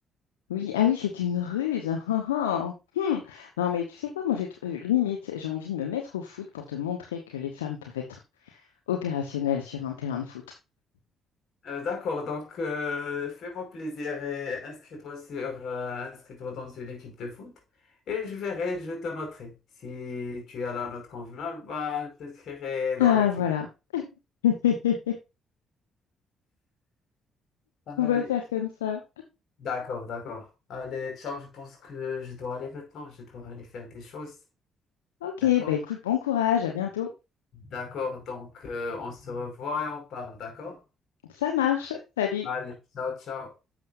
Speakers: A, on the left; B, on the left.
A: Oui, ah oui, c'est une ruse. <laughs> Ah, ah. Hmm. Non, mais tu sais quoi, moi, j'ai t- euh, limite, j'ai envie de me mettre au foot pour te montrer que les femmes peuvent être opérationnelles sur un terrain de foot.
B: Euh, d'accord, donc euh, fais-moi plaisir et inscris-toi sur, euh, inscris-toi dans une équipe de foot et je verrai, je te noterai. Si tu as la note convenable, bah, je t'inscrirai
A: Ah,
B: dans l'équipe.
A: voilà. <laughs>
B: Allez,
A: On va faire comme ça.
B: D'accord, d'accord. Allez, ciao. je pense que je dois aller maintenant, je dois aller faire des choses.
A: Ok,
B: D'accord?
A: bah écoute, bon courage, à bientôt.
B: D'accord, donc euh, on se revoit et on parle, d'accord?
A: Ça marche. Salut.
B: Allez, ciao, ciao.